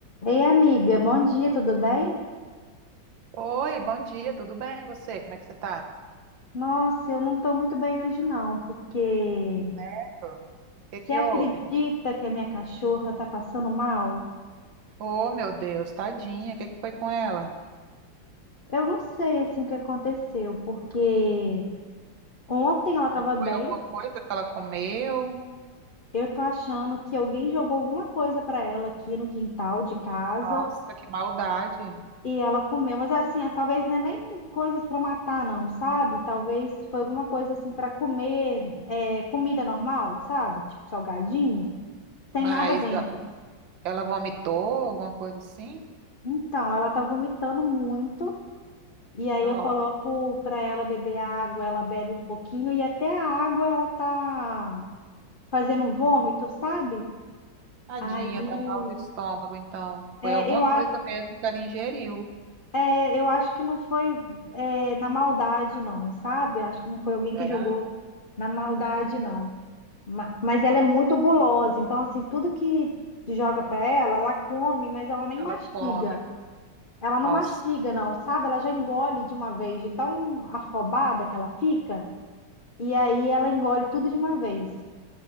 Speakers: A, on the left (about 70°); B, on the right (about 75°).
A: Ei, amiga, bom dia, tudo bem?
B: Oi, bom dia, tudo bem você? Como é que você tá?
A: Nossa, eu não tô muito bem hoje não, porque
B: Certo. O que
A: você
B: que
A: acredita
B: houve?
A: que a minha cachorra tá passando mal?
B: Oh, meu Deus, tadinha, o que que foi com ela?
A: Eu não sei assim o que aconteceu, porque ontem ela tava bem,
B: Foi alguma coisa que ela comeu?
A: eu tô achando que alguém jogou alguma coisa pra ela aqui no quintal de casa
B: Nossa, que maldade.
A: e ela comeu, mas assim, é, talvez não é nem coisas pra matar não, sabe? Talvez foi alguma coisa assim pra comer, é, comida normal, sabe? Tipo salgadinho, tem
B: Mas
A: nada dentro.
B: a- ela vomitou, alguma coisa assim?
A: Então, ela tá vomitando muito, e aí
B: Nossa,
A: eu coloco pra ela beber água, ela bebe um pouquinho, e até a água ela tá fazendo vômito, sabe?
B: tadinha,
A: Aí,
B: tá mal do estômago, então.
A: é,
B: Foi alguma
A: eu, a-
B: coisa mesmo que ela ingeriu.
A: é, eu acho que não foi, é, na maldade, não, sabe? Acho que não foi alguém
B: Será?
A: que jogou na maldade, não. Ma- Mas ela é muito gulosa, então, assim, tudo que joga pra ela, ela come, mas ela nem
B: Ela
A: mastiga.
B: come.
A: Ela não
B: Nossa.
A: mastiga, não, sabe? Ela já engole de uma vez, de tão afobada que ela fica, e aí ela engole tudo de uma vez.